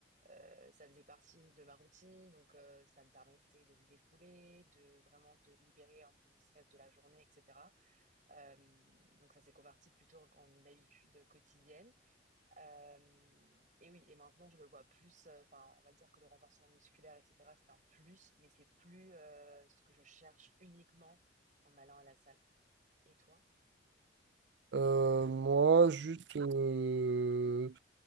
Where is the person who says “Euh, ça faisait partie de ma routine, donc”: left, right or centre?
Right